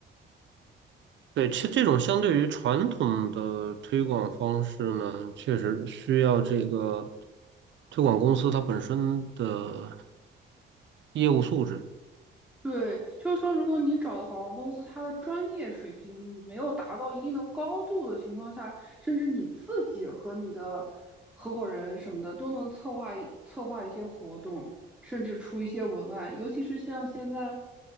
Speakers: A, on the right; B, in the centre.
A: 对，其实这种相对于传统的推广方式呢，确实需要这个推广公司它本身的业务素质。
B: 对，就是说，如果你找的广告公司，它的专业水平没有达到一定的高度的情况下，甚至你自己和你的合伙人什么的都能策划一策划一些活动，甚至出一些文案。尤其是像现在，